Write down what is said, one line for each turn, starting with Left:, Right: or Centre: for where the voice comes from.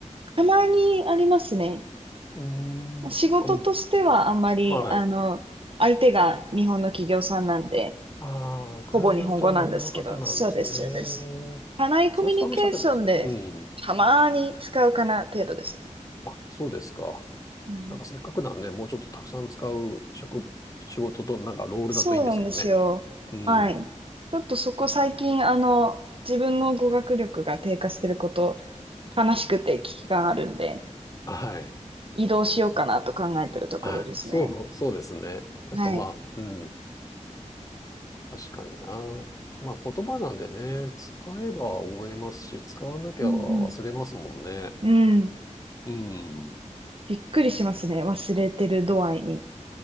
Right: たまにありますね。
Left: うん。
Right: 仕事としてはあんまり、
Left: あ、でも、はい。
Right: あの、相手が日本の企業さんなんで、
Left: ああ、クライアントは日本の方なんですね。
Right: ほぼ日本語なんですけど、そうです、そうです。社内コミュニケーションで、
Left: そうするとあんま喋んないですね。うん。
Right: たまに使うかな程度ですね。
Left: あ、そうですか。
Right: うん
Left: なんかせっかくならね、もうちょっとたくさん使う職、仕事と、なんかロールだといいんですけどね。
Right: そうなんですよ。
Left: うん。
Right: はい。ちょっとそこ最近、あの、自分の語学力が低下してること、悲しくて危機があるんで、
Left: はい。
Right: 移動しようかなと考えてるところですね。
Left: あ、そう、そうですね。なんかまあ、
Right: はい。
Left: うん。確かにな。まあ言葉なんでね、使えば覚えますし、使わなきゃ忘れますもんね。
Right: うんうん。うん。
Left: うん。
Right: びっくりしますね。忘れてる度合いに。